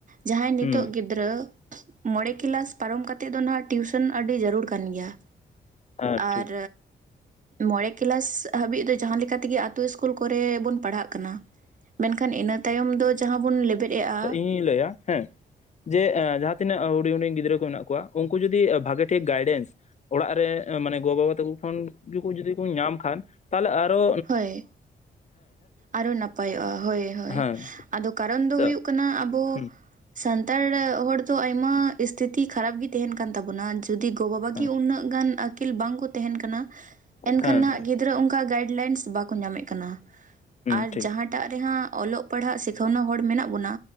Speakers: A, on the right; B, on the left.
A: ᱡᱟᱦᱟᱸᱭ ᱱᱤᱛᱚᱜ
B: ᱦᱩᱸ
A: ᱜᱤᱫᱽᱨᱟᱹ <inaudible> ᱜᱤᱫᱽᱨᱟᱹ <unintelligible> ᱢᱚᱬᱮ ᱠᱮᱞᱟᱥ ᱯᱟᱨᱚᱢ ᱠᱟᱛᱮᱫ ᱫᱚ ᱱᱟᱦᱟᱜ ᱴᱤᱭᱩᱥᱚᱱ ᱟᱹᱰᱤ ᱡᱟᱹᱨᱩᱲ ᱠᱟᱱ ᱜᱮᱭᱟ᱾
B: ᱦᱮᱸ ᱴᱷᱤᱠ
A: ᱟᱨᱼᱼ ᱢᱚᱬᱮ ᱠᱮᱞᱟᱥ ᱦᱟᱹᱵᱤᱡ ᱫᱚ, ᱡᱟᱦᱟᱸ <inaudible> ᱛᱮᱜᱮ ᱟᱛᱳ ᱥᱠᱩᱞ ᱠᱚᱨᱮ ᱵᱚᱱ ᱯᱟᱲᱦᱟᱜ ᱠᱟᱱᱟ᱾ ᱢᱮᱱᱠᱷᱟᱱ ᱤᱱᱟᱹ ᱛᱟᱭᱚᱢ ᱫᱚ ᱡᱟᱦᱟᱸ ᱵᱚᱱ ᱞᱮᱵᱮᱫ ᱮᱫᱼᱟᱼᱼ
B: ᱤᱧ ᱞᱟᱹᱭᱟᱼᱼ ᱦᱮᱸ ᱡᱮ ᱮᱨ ᱡᱟᱦᱟᱸ ᱛᱤᱱᱟᱹᱜ ᱦᱩᱰᱤᱧ ᱦᱩᱰᱤᱧ ᱜᱤᱫᱽᱨᱟᱹ ᱠᱚ ᱢᱮᱱᱟᱜ ᱠᱚᱣᱟ ᱩᱱᱠᱩ ᱡᱩᱫᱤ ᱵᱷᱟᱜᱮ ᱴᱷᱤᱠ ᱜᱟᱭᱰᱮᱱᱥᱼᱼ ᱚᱲᱟᱜ ᱨᱮ ᱢᱟᱱᱮ ᱜᱚ ᱵᱟᱵᱟ ᱛᱟᱠᱚ ᱠᱷᱚᱱ ᱜᱮᱠᱚ ᱡᱩᱫᱤ ᱠᱚ ᱧᱟᱢ ᱠᱷᱟᱱ ᱛᱟᱦᱚᱞᱮ ᱟᱨᱚᱼᱼ
A: ᱦᱳᱭ᱾ ᱟᱨᱚ ᱱᱟᱯᱟᱭᱚᱜᱼᱟ, ᱦᱳᱭ ᱦᱳᱭ,
B: ᱦᱮᱸ
A: ᱟᱫᱚ ᱠᱟᱨᱚᱱ ᱫᱚ
B: ᱛᱚ
A: ᱦᱩᱭᱩᱜ ᱠᱟᱱᱟ <unintelligible> ᱟᱵᱚ
B: ᱦᱮᱸ
A: ᱥᱟᱱᱛᱟᱲ ᱦᱚᱲ ᱫᱚ ᱟᱭᱢᱟ ᱥᱛᱷᱤᱛᱤ ᱠᱷᱟᱨᱟᱯ ᱜᱮ ᱛᱟᱦᱮᱱ ᱠᱟᱱ ᱛᱟᱵᱚᱱᱟ ᱡᱩᱫᱤ ᱜᱚᱼᱵᱟᱵᱟᱟᱜ
B: ᱦᱮᱸ
A: ᱜᱮ ᱩᱱᱟᱹᱜ ᱜᱟᱱ ᱟᱹᱠᱤᱞ ᱵᱟᱝᱠᱚ ᱛᱟᱦᱮᱱ ᱠᱟᱱᱟ ᱮᱱᱠᱷᱟᱱ
B: ᱦᱮᱸ
A: ᱱᱟᱦᱜ ᱜᱤᱫᱽᱨᱟᱹ ᱚᱱᱠᱟ ᱜᱟᱭᱤᱰ ᱞᱟᱭᱤᱱᱥ ᱵᱟᱠᱚ ᱧᱟᱢᱮᱫ ᱠᱟᱱᱟ
B: ᱦᱩᱸ
A: ᱟᱨ
B: ᱴᱷᱤᱠ
A: ᱡᱟᱦᱟᱸᱴ ᱮᱴᱟᱜ ᱨᱮᱦ ᱚᱞᱚᱜ ᱯᱟᱲᱦᱟᱜ ᱥᱤᱠᱷᱟᱹᱱᱟ ᱦᱚᱲ ᱢᱮᱱᱟᱜ ᱵᱚᱱᱟ,